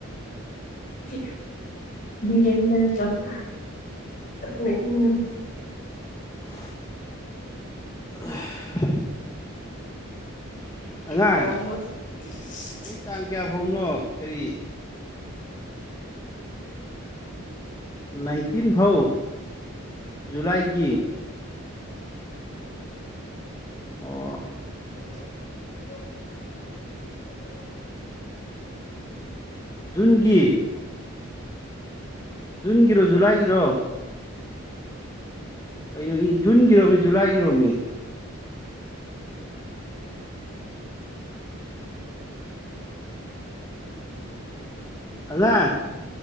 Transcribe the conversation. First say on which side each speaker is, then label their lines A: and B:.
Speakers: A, on the left; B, on the left.
A: ꯐꯗꯤ ꯀꯗꯅ ꯇꯗ ꯂꯩ ꯃ
B: ꯑ
A: <inaudible>
B: ꯑꯉꯥꯡ
A: <inaudible>
B: ꯅꯣꯏ ꯇꯥꯡ ꯀꯌꯥ ꯐꯥꯎꯅꯣ ꯀꯔꯤ ꯅꯥꯏꯟꯇꯤꯟ ꯐꯥꯎ ꯖꯨꯂꯥꯏꯒꯤ ꯑꯣ
A: <inaudible> <inaudible>
B: ꯖꯨꯟꯒꯤ ꯖꯨꯟꯒꯤꯔꯣ ꯖꯨꯂꯥꯏꯒꯤꯔꯣ ꯀꯩꯅꯣ ꯏ ꯖꯨꯟꯒꯤꯔꯣꯝꯃꯤ ꯖꯨꯂꯥꯏꯒꯤꯔꯣꯝꯃꯤ ꯑꯉꯥꯡ